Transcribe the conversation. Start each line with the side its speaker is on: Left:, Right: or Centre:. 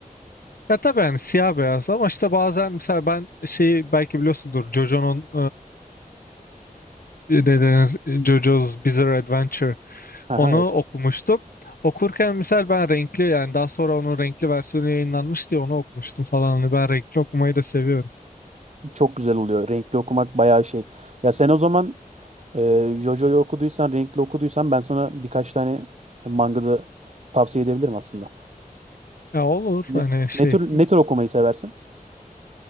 Left: Ya tabii yani siyah beyaz ama işte bazen mesela ben şeyi belki biliyorsundur JoJo'nun eee, ne denir JoJo's Bizarre Adventure
Right: Aha,
Left: onu
Right: evet.
Left: okumuştum. Okurken mesela ben renkli yani daha sonra onun renkli versiyonu yayınlanmış diye onu okumuştum falan. Hani ben renkli okumayı da seviyorum.
Right: Çok güzel oluyor. Renkli okumak bayağı şey. Ya sen o zaman e, JoJo'yu okuduysan, renkli okuduysan ben sana birkaç tane mangada tavsiye edebilirim aslında.
Left: Ya olur
Right: Ne,
Left: hani şey
Right: ne tür ne tür okumayı seversin?